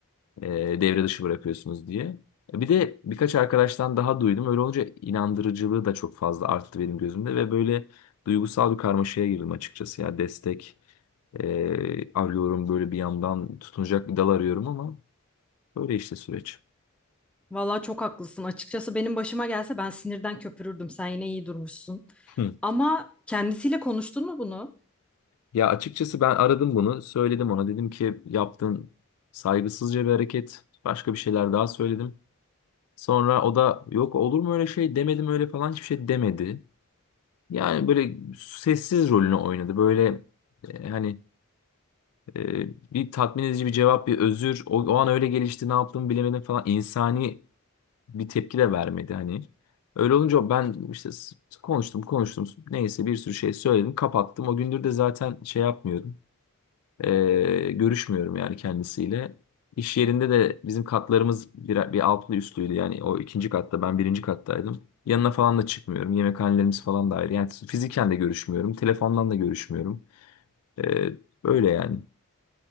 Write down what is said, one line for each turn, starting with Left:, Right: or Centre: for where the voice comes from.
Left: e, devre dışı bırakıyorsunuz diye. Bir de birkaç arkadaştan daha duydum. Öyle olunca inandırıcılığı da çok fazla arttı benim gözümde ve böyle duygusal bir karmaşaya girdim açıkçası. Ya destek e, arıyorum böyle bir yandan tutunacak bir dal arıyorum ama böyle işte süreç.
Centre: Vallahi çok haklısın. Açıkçası benim başıma gelse ben sinirden köpürürdüm. Sen yine iyi durmuşsun.
Left: Hı.
Centre: Ama kendisiyle konuştun mu bunu?
Left: Ya açıkçası ben aradım bunu, söyledim ona. Dedim ki yaptığın saygısızca bir hareket. Başka bir şeyler daha söyledim. Sonra o da yok olur mu öyle şey demedim öyle falan hiçbir şey demedi. Yani böyle sessiz rolünü oynadı. Böyle e, hani e, bir tatmin edici bir cevap, bir özür. O, o an öyle gelişti, ne yaptığımı bilemedim falan. İnsani bir tepki de vermedi hani. Öyle olunca ben işte s- konuştum, konuştum. Neyse bir sürü şey söyledim, kapattım. O gündür de zaten şey yapmıyorum. Ee, görüşmüyorum yani kendisiyle. İş yerinde de bizim katlarımız bir, bir altlı üstlüydü. Yani o ikinci katta ben birinci kattaydım. Yanına falan da çıkmıyorum. Yemekhanelerimiz falan da ayrı. Yani fiziken de görüşmüyorum. Telefondan da görüşmüyorum. Ee, böyle yani.